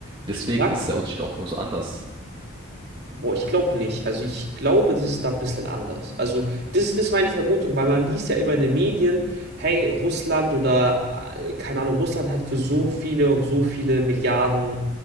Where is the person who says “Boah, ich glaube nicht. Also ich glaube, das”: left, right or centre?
Right